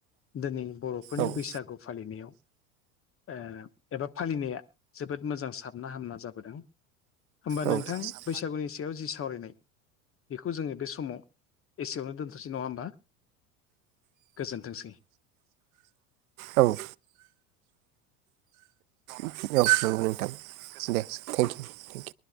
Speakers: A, on the left; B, on the right.
A: दिनै बर'फोरनि
B: औ
A: बैसागु फालिनायाव ओ एबा फालिनाया जोबोद मोजां साबना हामना जाबोदों। होमबा
B: औ
A: नोंथां
B: होमबा
A: बैसागुनि सि सायाव जि सावरायनाय बेखौ जोङो बे समाव एसेयावनो दोनथ'सै नङा होमबा? गोजोनथोंसै।
B: औ औ औ नंगौ नोंथां दे थेंकिउ। थेंकिउ